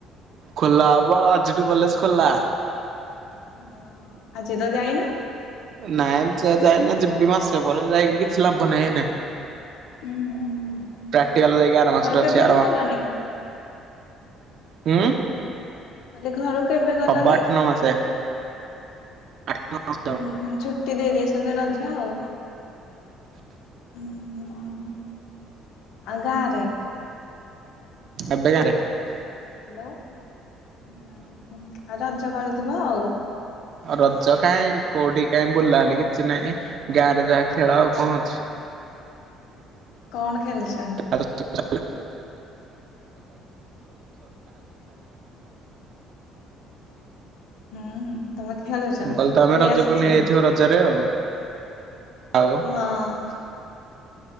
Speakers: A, on the right; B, on the left.
A: ଖୋଲା ହବ ଆଜିଠୁ କଲେଜ ଖୋଲା।
B: ହଁ ଆଜି ତ ଯାଇନ।
A: ନାଇଁ ଯ ଯାଇନା ଯିବି ମାସେ ପରେ ଯାଇକି କିଛି ଲାଭ ନାହିଁ ଏଇନା।
B: ଉଁ ହୁଁ
A: ପ୍ରାକ୍ଟିକାଲ ଯାଇକି ଆର ମାସରେ
B: ଘର କେବେଠୁ
A: ଅଛି ଆର ମା
B: ଗଲଣି?
A: ହୁଁ।
B: କହିଲେ ଘରକୁ କେବେ ଗଲାନି?
A: ହବ ଆଠ ମାସେ। ଆ <unintelligible>
B: ଓହୋ ଛୁଟି ଦେଇ ଦେଇଛନ୍ତି ରଜ ଆଉ। ହୁଁ ହୁଁ ଆ ଗାଁରେ।
A: ଏବେକାରେ
B: ହ୍ୟାଲୋ ଆଉ ରଜ ପାଳୁଥିବ ଆଉ।
A: ଆ ରଜ କାହିଁ କୋଉଠି କାଇହିଁ ବୁଲା ହେଲି କିଛି ନାହିଁ ଗାଁ ରେ ଯାହା ଖେଳ ଆଉ କଣ ଅଛି।
B: କଣ ଖେଳିଛି?
A: <unintelligible> ହେଲା।
B: ହୁଁ ତମେ ଖେଳୁଛ
A: ମୁଁ କହିଲି ତ ଆମେ
B: ଖେଳି
A: ରଜକୁ
B: ଆସିଛି?
A: ନେଇଯାଇଥିବ ରଜରେ ଆଉ। ଆଉ।
B: ହଁ।